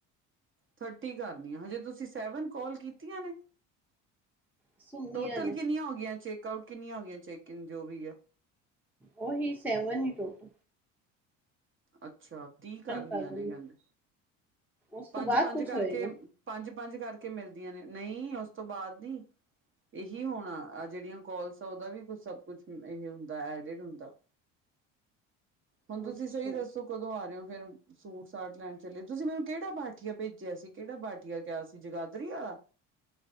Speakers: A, on the right; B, in the centre.
A: ਥਰਟੀ ਕਰਨੀ ਆ ਹਜੇ ਤੁਸੀਂ ਸੈਵਨ ਕਾਲ ਕੀਤੀਆਂ ਨੇ
B: ਸੁਣਨੀਆਂ
A: ਟੋਟਲ
B: ਨੇ
A: ਕਿੰਨੀਆਂ ਹੋ ਗਈਆਂ ਚੇਕ ਕਿੰਨੀਆਂ ਹੋਗਆਂ ਚੈਕਿੰਨ ਜੋ ਵੀ ਹੈ
B: ਓਹੀ ਸੈਵਨ ਹੀ ਟੋਟ
A: ਅੱਛਾ ਤੀਹ ਕਰਨੀਆਂ
B: ਕਰਨ
A: ਨੇ ਕਹਿੰਦੇ
B: ਉਸ ਤੋਂ
A: ਪੰਜ
B: ਬਾਅਦ
A: ਪੰਜ
B: ਕੁਛ
A: ਕਰਕੇ
B: ਹੋਏਗਾ
A: ਪੰਜ ਪੰਜ ਕਰਕੇ ਮਿਲਦੀਆਂ ਨੇ ਨਹੀਂ ਉਸਤ ਬਾਅਦ ਨੀ ਇਹੀ ਹੋਣਾ ਜਿੜ ਕੋਾਲਸ ਓਦਾ ਵੀ ਕੁ ਸਬ ਕੁਛ ਹੁੰਦਾਡ ਹੁੰਦਾ ਹੁਣ ਤੁਸੀਂ
B: ਅੱਛਾ
A: ਸਹੀ ਦੱਸੋ ਕਦੋਂ ਆ ਰਹੇ ਹੋ ਫੇਿਰ ਸੂਟ ਸਾਟ ਲੈਣ ਚੱਲੇ ਤੁਸੀਂ ਮੈਨੂੰ ਕਿਹੜਾ ਬਾਠੀਆ ਭੇਜਿਆ ਸੀ ਕਿਹੜਾ ਬਾਠੀਆ ਕਿਹਾ ਸੀ ਜਗਾਦਰੀ ਵਾਲਾ